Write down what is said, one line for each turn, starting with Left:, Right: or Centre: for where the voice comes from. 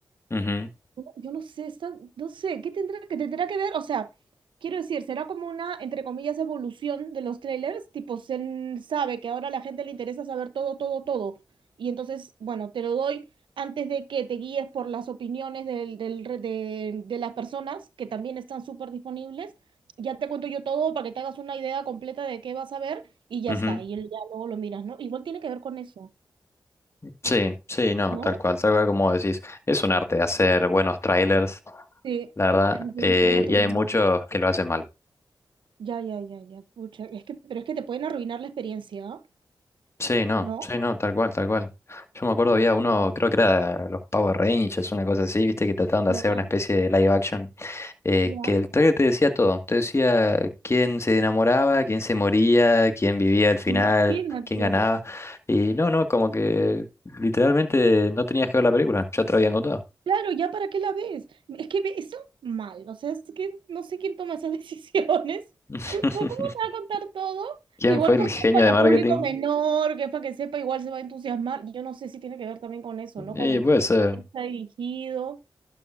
Left: Ujú,
Right: Yo no sé, está, no sé, ¿qué tendrá que tendrá que ver? O sea, quiero decir, será como una, entre comillas, evolución de los trailers, tipo, se n- sabe que ahora a la gente le interesa saber todo, todo, todo. Y entonces, bueno, te lo doy antes de que te guíes por las opiniones del, del re- de, de las personas que también están súper disponibles. Ya te cuento yo todo para que te hagas una idea completa de qué vas a ver y ya
Left: ujú.
Right: está. Y el- ya luego lo miras, ¿no? Igual tiene que ver con eso,
Left: Sí, sí, no,
Right: ¿no?
Left: tal cual, tal cual como decís. Es un arte hacer buenos trailers,
Right: Sí,
Left: la verdad,
Right: <clears throat> yo
Left: eh,
Right: lo creo también.
Left: y hay muchos que lo hacen mal.
Right: Ya, ya, ya, ya, pucha, es que, pero es que te pueden arruinar la experiencia, ¿ah?
Left: Sí, no,
Right: ¿no?
Left: sí, no, tal cual, tal cual. Yo me acuerdo
Right: No
Left: había
Right: sé,
Left: uno, creo que era los Power Rangers, una cosa así, viste, que trataban
Right: ya,
Left: de hacer una especie de live action, eh,
Right: ya,
Left: que el trailer te decía todo, te decía quién se enamoraba, quién se moría, quién vivía al final,
Right: imagínate.
Left: quién ganaba, y no, no, como que literalmente no tenías que ver la película, ya te lo habían contado.
Right: Claro, ya para qué la ves. Es que ve- eso mal, o sea, es que no sé quién toma esas <laughs> decisiones.
Left: <laughs>
Right: ¿O ¿Cómo te va a contar todo?
Left: ¿Quién
Right: Igual
Left: fue
Right: porque
Left: el genio
Right: es para
Left: de marketing?
Right: público menor, que es para que sepa, igual se va a entusiasmar. Yo no sé si tiene que ver también con eso, ¿no?
Left: Y
Right: Con
Left: puede ser,
Right: quién está dirigido